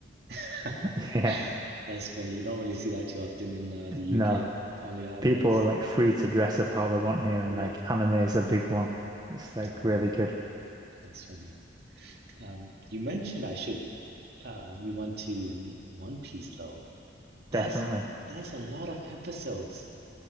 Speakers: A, on the right; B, on the right.
A: <laughs>
B: <laughs> Yeah.
A: That's funny. You don't really see that too often in uh, the UK,
B: No.
A: only at
B: people
A: events.
B: are like free to dress up how they want here, and
A: Yeah.
B: like anime is a big one. It's like
A: Ah,
B: really good,
A: that's funny. Um, you mentioned I should uh, move on to n- One Piece, though. There's
B: definitely.
A: there's a lot of episodes.